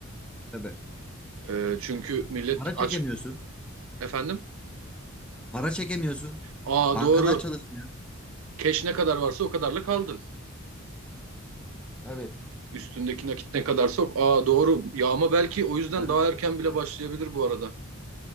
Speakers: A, in the centre; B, on the right.
A: Tabii.
B: Ee, çünkü millet
A: Para
B: aç
A: çekemiyorsun.
B: efendim.
A: Para çekemiyorsun.
B: Aa
A: Bankalar
B: doğru.
A: çalışmıyor.
B: Keş ne kadar varsa o kadarla kaldın.
A: Evet.
B: Üstündeki nakit ne kadarsa o. Aa doğru. Yağma belki o yüzden
A: Ben-
B: daha erken bile başlayabilir bu arada.